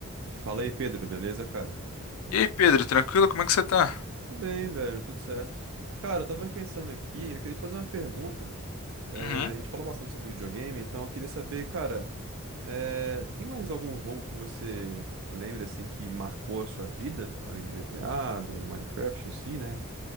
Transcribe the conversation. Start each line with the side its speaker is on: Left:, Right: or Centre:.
Right: Fala aí, Pedro, beleza, cara?
Left: E aí, Pedro, tranquilo? Como é que você tá?
Right: Tudo bem, velho, tudo certo. Cara, eu tava pensando aqui, eu queria te fazer uma pergunta. Eh,
Left: Uhum.
Right: a gente falou bastante sobre videogame, então eu queria saber, cara, eh, tem mais algum jogo que você lembra, assim, que marcou a sua vida, além do GTA, do Minecraft em si, né?